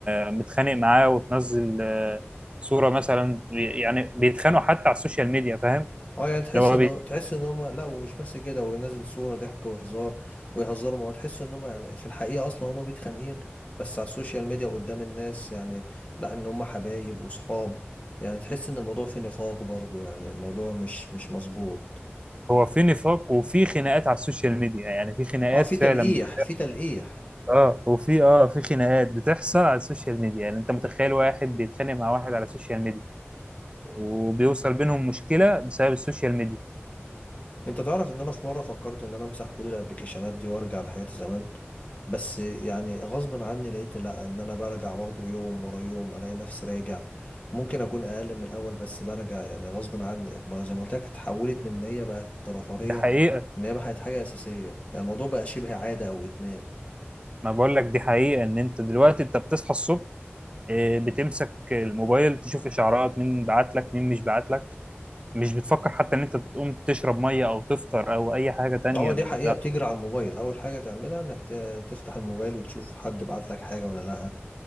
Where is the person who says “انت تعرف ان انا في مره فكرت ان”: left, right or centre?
Left